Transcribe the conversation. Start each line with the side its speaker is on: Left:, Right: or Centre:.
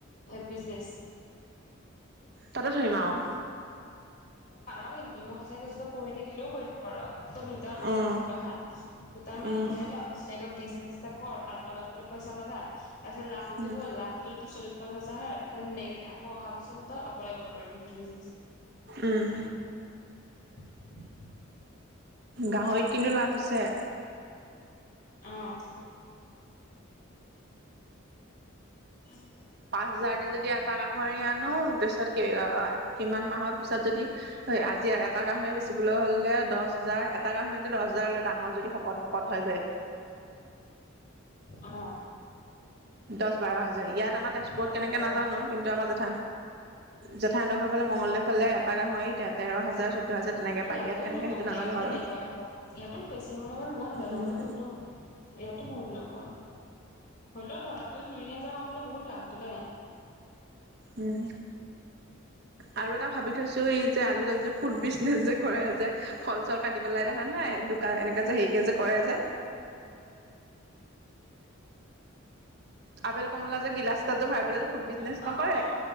Left: M B B S.
Right: তাতে ধৰিম আৰু।
Left: পাৰ কিন্তু মই সঁচাক কৈছ তই পঢ়ি থাকিলেও কৰিব পাৰ, তই দুটা মান মানুহ
Right: উম
Left: মিলি ল হা তা মানুহ
Right: উম
Left: মিলাই ল ধুনীয়াকে বিজনেচ এটা কৰ, আৰু অলপ অলপ পইচা লগা, তাৰপছত লাভটো
Right: উম
Left: হল লাভতো যদি চল্লিশ পঞ্চাছ হাজ <unintelligible> আকৌ অহা বছৰলে তই অকলে কৰিব পাৰিবি সেইটো বিজনে
Right: উম।
Left: <inaudible>
Right: গাহৰীত কিন্তু লাভ আছে।
Left: অহ। <inaudible>
Right: পাঁচ হাজাৰ দি যদি এটা গাহৰি আনো, তাৰপিছত কিমান মাহৰ পিছত যদি হয়। আজি এটা গাহৰি বেচিবলৈ হ'লে দহ হাজাৰ এটা গাহৰিটো দহ হাজাৰলে ডাঙৰ যদি শকত-মকত হয়। <inaudible>
Left: অ।
Right: দশ বাৰ হাজাৰ। ইয়াত আমাৰ তেজপুৰত
Left: পাৰ
Right: কেনেকে
Left: পাৰ
Right: নাজানো, কিন্তু আমাৰ জেঠ জেঠাহতৰ ঘৰৰ ফালে মঙ্গলদৈ ফালে এটা গাহৰি তেৰ হাজাৰ চৈধ্য হাজাৰ তেনেকে
Left: ইয়াতো
Right: পায় ইয়াত কেনেকে
Left: লব
Right: সেইটো নাজানো
Left: ইয়াত তেনেকুৱাই
Right: বাৰু
Left: হ'ব। ইয়াতো বেছি হব মই বাৰু মই নোজানো
Right: উম,
Left: বাৰু কিন্তু ইয়াতো বহুত ল'ব। হ'লিও ধৰা দুই তিনি হাজাৰ কম হ'লেও বহুত লাভটো দে।
Right: উম আৰু এটা ভাবি থৈছো। এই যে আজিকালি যে ফুড বিজনেচ যে কৰে যে ফল-চল কাটি পেলাই, দেখা নাই দোকান এনেকে যে হেৰিকে যে কৰে যে আপেল কমলা যে গিলাচ তাত যে ভৰাই পেলাই যে ফুড বিজনেচ
Left: অহ
Right: নকৰে